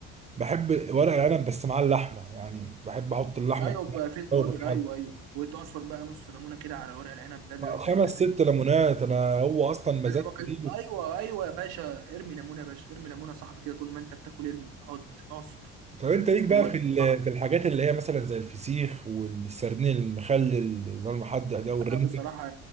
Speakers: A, on the right (about 20°); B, on the right (about 80°).
A: بحب ورق العنب بس مع اللحمة يعني بحب احط اللحمة
B: ايوه
A: كده
B: بقى في طواجن
A: في الحل
B: ايوه ايوه وتعصر بقى نص ليمونه كده على الورق العنب ده بيروح
A: خمس
B: في حته تانية
A: ست ليمونات انا هو اصلا مزاجي
B: انا بكلم
A: دي
B: ايوه ايوه يا باشا ارمي ليمونه يا باشا ارمي ليمونه يا صاحبي كده طول ما انت بتاكل ارمي حط اعصر
A: طب انت ليك بقى
B: بيودي
A: في ال-
B: الطعم
A: في الحاجات اللي هي مثلا زي الفسيخ والسردين المخلل اللي هو المحدق ده والرنجة
B: لا بصراحه